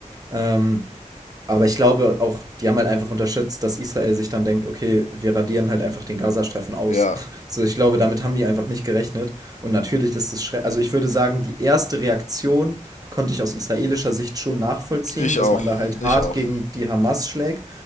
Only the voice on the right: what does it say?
Ähm, aber ich glaube auch, die haben halt einfach unterschätzt, dass Israel sich dann denkt, okay, wir radieren halt einfach den Gazastreifen aus.
<laughs> So, ich glaube, damit haben die einfach nicht gerechnet. Und natürlich ist das schrecklich. Also ich würde sagen, die erste Reaktion konnte ich aus israelischer Sicht schon nachvollziehen,
dass
man da halt
hart
gegen die Hamas schlägt.